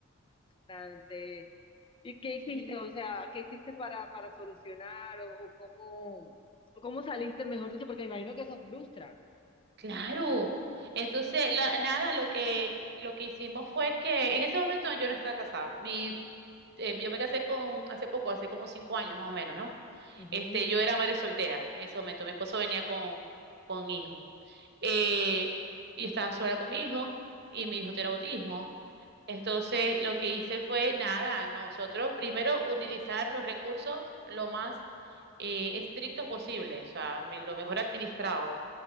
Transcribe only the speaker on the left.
frustrante. ¿Y qué hiciste?
O sea, ¿qué hiciste para, para solucionar o, o cómo, o cómo saliste, mejor dicho? Porque me imagino que eso frustra.
Ujú.